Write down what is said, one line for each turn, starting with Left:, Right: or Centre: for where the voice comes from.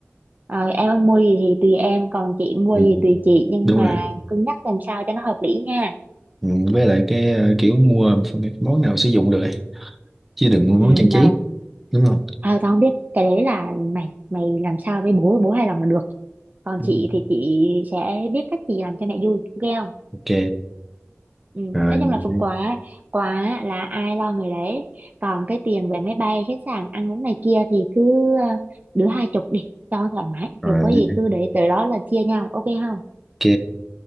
Right: ờ, em muốn mua gì thì tùy em còn chị mua
Centre: ừ,
Right: gì tùy chị nhưng
Centre: đúng
Right: mà
Centre: rồi
Right: cân nhắc làm sao cho nó hợp lý nha
Centre: ừ, với lại cái ờ, kiểu mua cái món nào sử dụng được ấy chứ đừng mua món
Right: ừ
Centre: trang
Right: nào
Centre: trí đúng không
Right: à, tao không biết cái đấy là mày mày làm sao với bố bố hài lòng là được còn
Centre: ừ,
Right: chị thì chị sẽ biết cách chị làm cho mẹ vui ok không
Centre: ok
Right: Ừ,
Centre: rồi
Right: nói chung là phần
Centre: đi
Right: quà quà là ai lo người đấy còn cái tiền về máy bay khách sạn ăn uống này kia thì cứ ờ, đứa hai chục đi cho thoải mái
Centre: rồi
Right: rồi có gì
Centre: đi
Right: cứ để tới đó là chia nhau ok không
Centre: ok